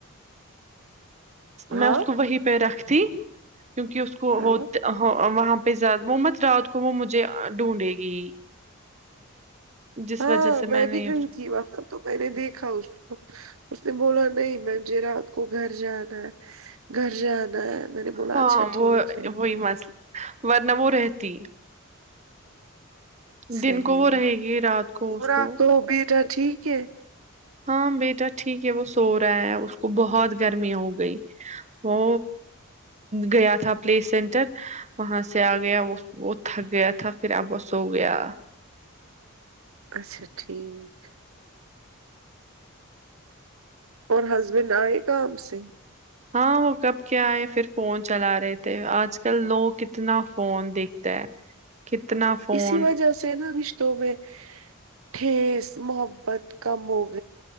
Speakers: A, on the right (about 70°); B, on the right (about 30°).
A: ہاں
B: میں اس کو وہیں پہ رکھتی کیونکہ اس کو
A: ہاں
B: ہو وہاں پزاد محمد رات کو وہ مجھے ڈھونڈے گی جس
A: ہاں
B: وجہ سے
A: میں
B: نے
A: بھی گنتی ب <unintelligible> تو میں نے دیکھا اس کو اس نے بولا نہیں مھے رات کو گھر جانا ہے گھر جدا ہے میں نے بولا
B: ہاں
A: اچھا
B: وہ
A: ٹھیک ہے
B: وہی مسلہ ورنہ وہ رہتی
A: صحیح
B: دن کو وہ رہے گی رات کو
A: پا
B: اس کو
A: تو بیٹا ٹھیک ہے
B: ہاں بیٹا ٹھیک ہے وہ سو رہا ہے اس کو بہت گرمی ہو گئی وہ گیا تھا پلے سینٹر وہاں سے آ گیا وہ وہ تھک گیا تھا پھر اب سو گیا
A: اچھا ٹھیک اور ہسبینڈ آئے کام سگھ
B: ہاں وہ کب کیا آئے پھر فون چلا رہے تھے آج کل لوگ کتنا فون دکھتا ہے کتنا فون
A: اسی وجہ سے نا رشتوں میں ٹھیس محبت کم ہوگی